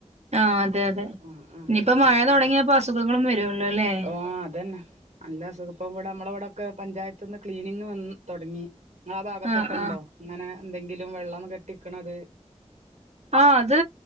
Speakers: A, on the right; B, on the right.
A: ആഹ് അതെ അതെ
B: ആഹ് ആഹ്
A: ഇഞ്ഞിപ്പോ മഴ തുടങ്ങിയാപ്പോ അസുഖങ്ങളും വരുല്ലോല്ലേ
B: ആഹ് അതന്നെ നല്ല അസുഖ ഇപ്പം ഇവിടെ നമ്മളെവടൊക്കെ പഞ്ചായത്ത്ന്ന് ക്ലീനിങ്ങ് വന്ന് തൊടങ്ങി ഇങ്ങളാ ആ ഭാഗത്തൊക്കെണ്ടോ
A: ആഹ് ആഹ്
B: ഇങ്ങനെ എന്തെങ്കിലും വെള്ളം കെട്ടിക്ക്ണത്
A: ആഹ് അത്